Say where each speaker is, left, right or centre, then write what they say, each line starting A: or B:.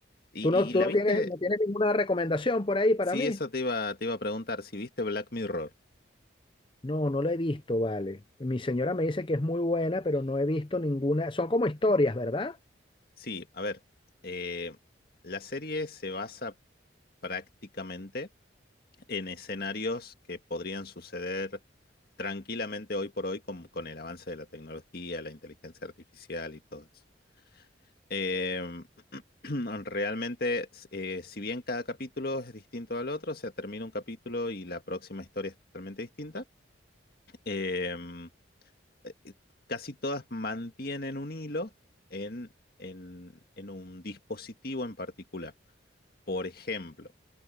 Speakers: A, on the left; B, on the left.
A: ¿Y,
B: ¿Tú no, tú
A: y, y la
B: no
A: viste?
B: tienes, no tienes ninguna recomendación por ahí para
A: Sí,
B: mí?
A: eso te iba, te iba a preguntar, si viste Black Mirror.
B: No, no lo he visto, vale. Mi señora me dice que es muy buena, pero no he visto ninguna. Son como historias, ¿verdad?
A: Sí, a ver, eh, la serie se basa prácticamente en escenarios que podrían suceder tranquilamente hoy por hoy con, con el avance de la tecnología, la inteligencia artificial y todo eso. Eh, <clears throat> realmente, eh, si bien cada capítulo es distinto al otro, o sea, termina un capítulo y la próxima historia es totalmente distinta, em, eh, eh, casi todas mantienen un hilo en, en, en un dispositivo en particular. Por ejemplo,